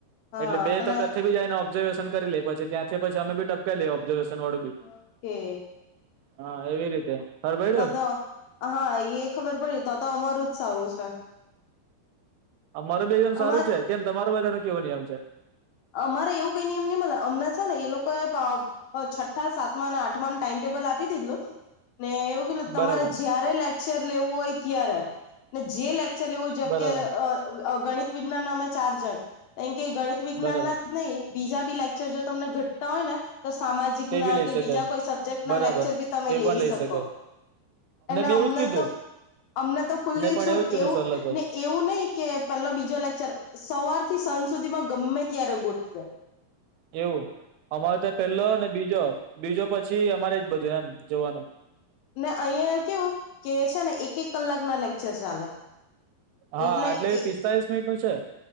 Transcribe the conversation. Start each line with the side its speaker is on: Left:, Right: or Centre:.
Left: હા
Right: એટલે બે
Left: અને
Right: તો કથથે ભી જાય ઓબ્ઝર્ેશન કરી લે. પછી ત્યાંથી પછી અમે બી ટપકા લઈએ ઓબ્ઝર્વેશન વાળું બી,
Left: ઓકે
Right: હા એવી રીતે ખબર પયડું
Left: તો તો હા એ ખબર પડી તો તો અમારું જ સારું છે.
Right: આ મારું બે એકદમ સારું
Left: અમા
Right: છે કેમ તમાર બધા નનો કેવો નિયમ છે?
Left: અમારે એવું કઈ નિયમ નઈ મ અમણાં છે ને એ લોકો પા છઠ્ઠા સાતમા અને આઠમા ટાઈમ ટેબલ આપી દીધલું ને એવું તમારે
Right: બરાબર
Left: જયારે લેક્ચર લેવું હોય ત્યારે જે લેક્ચર લેવું જેમ
Right: બરાબર
Left: કે ગણિત વિજ્ઞાન ના અમે ચાર જણ કારણ કે ગણિત વિજ્ઞાન
Right: બરાબર
Left: ના જ નહી બીજા બી લેક્ચર જો તમને ઘટતા હોય ને તો સામાજિક
Right: તે
Left: ના
Right: બી લઈ
Left: કે
Right: શકાય
Left: બીજા કોઈ સબ્જેક્ટ ના
Right: બરાબર
Left: લેક્ચર બી તમે
Right: એ
Left: લઈ
Right: પણ
Left: શકો.
Right: શકાય
Left: એટલે
Right: બી
Left: અમને
Right: એવું જ કીધું
Left: તો અમને તો ફુલ્લી
Right: પણ
Left: છૂટ
Right: જ કીધું
Left: એવું
Right: સર લોકોએ
Left: ને એવું નહીિ કે પેલો બીજો લેક્ચર સવાર થી સાંજ સુધીમાં ગમે ત્યારે ગોઠવેહ
Right: એવું અમારો તો પેલો બીજો બીજો પછી અમારે જ બધું એમ જોવાનું.
Left: ને અહિયાં કેવું કે છે ને એક એક કલાક ના લેક્ચર ચાલે.
Right: હા
Left: એટલે
Right: આટલે
Left: એ
Right: પિસ્તાલીસ મિનિટ નું છે.